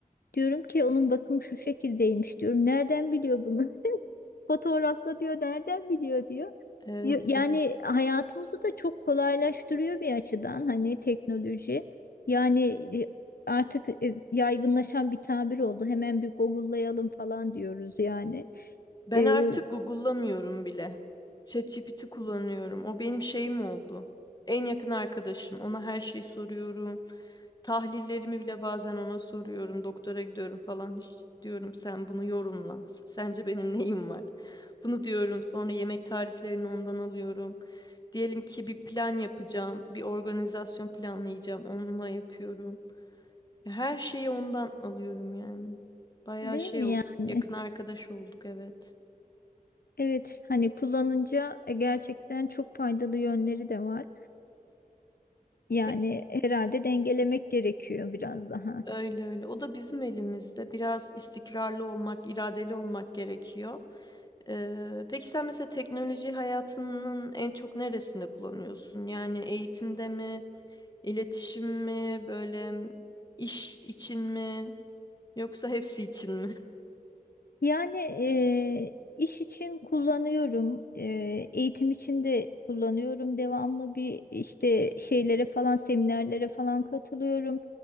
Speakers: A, on the left; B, on the left.
A: Diyorum ki onun bakımı şu şekildeymiş diyorum. Nereden biliyor bunu? <laughs> Fotoğrafla diyor nereden biliyor diyor.
B: Evet
A: Yo- Yani
B: yani.
A: hayatımızı da çok kolaylaştırıyor bir açıdan hani teknoloji. Yani e, artık e, yaygınlaşan bir tabir oldu. Hemen bir Google'layalım falan diyoruz yani.
B: Ben
A: E,
B: artık Google'lamıyorum bile. ChatGPT kullanıyorum. O benim şeyim oldu. En yakın arkadaşım. Ona her şeyi soruyorum. Tahlillerimi bile bazen ona soruyorum. Doktora gidiyorum falan. Hiç diyorum sen bunu yorumla. S- Sence benim neyim var? Bunu diyorum. Sonra yemek tariflerini ondan alıyorum. Diyelim ki bir plan yapacağım. Bir organizasyon planlayacağım. Onunla yapıyorum. Ya Her şeyi ondan alıyorum yani. Bayağı
A: değil
B: şey
A: mi
B: oldu.
A: yani?
B: Yakın arkadaş olduk evet.
A: Evet hani kullanınca e, gerçekten çok faydalı yönleri de var. Yani
B: Peki,
A: herhalde dengelemek gerekiyor biraz daha.
B: Öyle öyle. O da bizim elimizde. Biraz istikrarlı olmak, iradeli olmak gerekiyor. Ee, peki sen mesela teknoloji hayatının en çok neresinde kullanıyorsun? Yani eğitimde mi, iletişim mi, böyle iş için mi, yoksa hepsi için mi?
A: Yani eee, iş için kullanıyorum, eee, eğitim için de kullanıyorum. Devamlı bir işte şeylere falan, seminerlere falan katılıyorum.